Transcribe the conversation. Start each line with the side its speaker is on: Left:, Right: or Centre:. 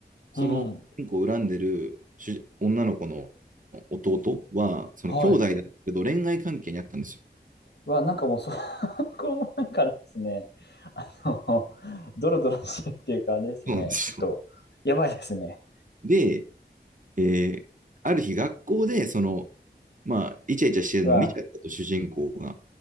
Left: うん。
Right: その主人公を恨んでる女の子の弟は、その兄弟だけど恋愛関係にあったんですよ。
Left: はい。うわ、なんかもうそ、<laughs> これもなんかあれですね。あの、ドロドロしてるっていうかあれですね。
Right: そうなんですよ。
Left: ちょっと、やばいですね。
Right: で、えーある日学校で、そのまあ、イチャイチャしてるのを見ちゃったと、
Left: うわ、
Right: 主人公が。